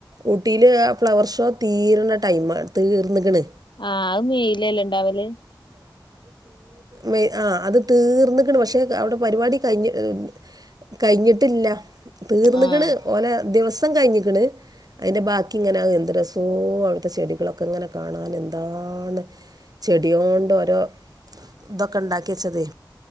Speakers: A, on the right (about 55°); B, on the left (about 80°).
A: ഊട്ടിയിൽ ആ ഫ്ലവർ ഷോ തീര്ണ ടൈമാണ് തീർന്നക്കണ്
B: ആഹ് അത് ചെയ്ലല്ല ഇണ്ടാവല്
A: വെ ആ അത് തീർന്നക്കണ് പക്ഷെ അവിടെ പരിപാടി കഴിഞ്ഞ് ഉം കഴിഞ്ഞിട്ടില്ല തീർന്നിക്കണ്
B: ആഹ്
A: ഓലെ ദിവസ് <unintelligible> കയ്ഞ്ഞിക്ക്ണ് അയ്ന്റെ ബാക്കിങ്ങനെ എന്ത് രസോ അവിടുത്തെ ചെടികളൊക്കെ ഇങ്ങനെ കാണാൻ എന്താ എന്താണ്? ചെടികളോണ്ട് ഓരോതൊക്കെണ്ടാക്കി വെച്ചതേ